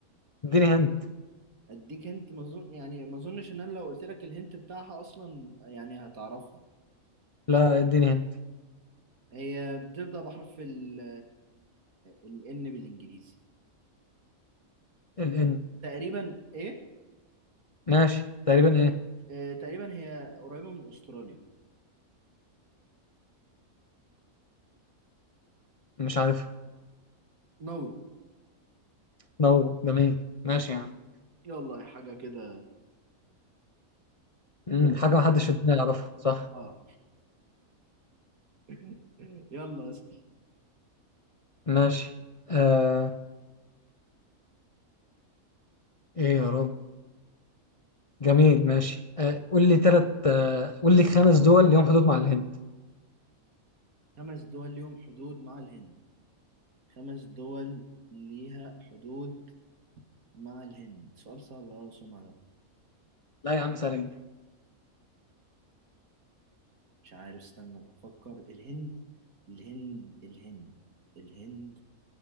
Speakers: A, on the left (about 40°); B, on the right (about 80°).
A: اديني هنت
B: اديك انت ما اظن يعني ما اظنش ان انا لو قلت لك الهنت بتاعها اصلا يعني هتعرفها
A: لا اديني هنت
B: هي بتبدأ بحرف ال الان بالانجليزي
A: الان
B: تقريبا ايه
A: ماشي تقريبا ايه
B: آه، تقريبا هي قريبة من استراليا
A: مش عارف
B: نورو
A: دوروا جميل ماشي يا عم
B: يلا حاجة كده
A: امم
B: يلا
A: حاجة محدش في الدنيا يعرفها صح
B: اه <laughs> يلا اسأل
A: ماشي آه ايه يا رب جميل ماشي آه قول لي تلات آه قول لي خمس دول ليهم حدود مع الهند
B: خمس دول ليهم حدود مع الهند خمس دول ليها حدود مع الهند سؤال صعب اه سمع ده
A: لا يا عم سهلة جدا
B: مش عارف استنى افكر الهند الهند الهند الهند